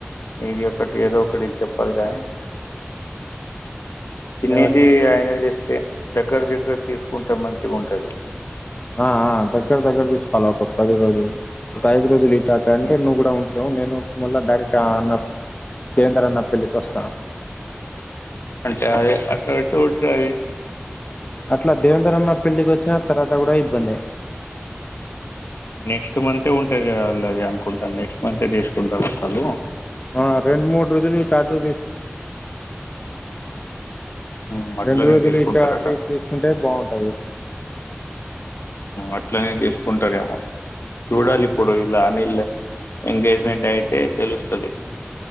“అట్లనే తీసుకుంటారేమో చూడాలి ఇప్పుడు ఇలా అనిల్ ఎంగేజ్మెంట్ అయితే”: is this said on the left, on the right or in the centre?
Left